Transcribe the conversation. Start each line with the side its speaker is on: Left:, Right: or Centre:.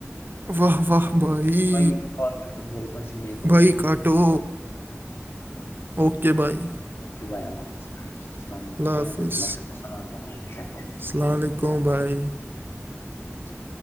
Right: واہ واہ بھائی
Left: میں کال کٹ کروں گا اوپر سے میں ایک اور
Right: بھائی
Left: کال کروں
Right: کاٹو اوکے بائی
Left: اوکے بای اللہ حافظ السلام علیکم فی
Right: حافظ
Left: امان اللہ السلام کہنا میری سب کو
Right: السلام علیکم بھائی
Left: <inaudible>